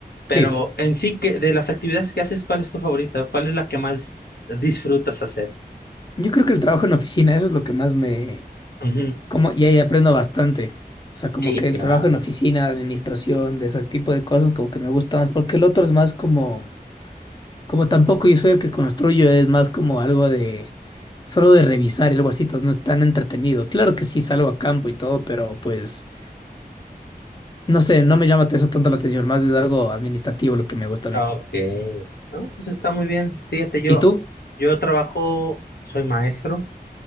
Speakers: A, on the left (about 80°); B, on the left (about 25°).
A: pero
B: Sí,
A: en sí, que de las actividades que haces, ¿cuál es tu favorita? ¿Cuál es la que más disfrutas hacer?
B: yo creo que el trabajo en oficina, eso es lo que más me...
A: Ujú.
B: Como, y ahí aprendo bastante. O sea, como
A: Sí,
B: que el
A: claro.
B: trabajo en oficina, administración, de ese tipo de cosas, como que me gusta más, porque el otro es más como, como tampoco yo soy el que construyo, es más como algo de, solo de revisar y algo así, entonces no es tan entretenido. Claro que sí salgo a campo y todo, pero pues, no sé, no me llama eso tanto la atención, más es algo administrativo lo que me gusta a
A: Ok.
B: mí.
A: No, pues está muy bien. Fíjate, yo,
B: ¿Y tú?
A: yo trabajo, soy maestro.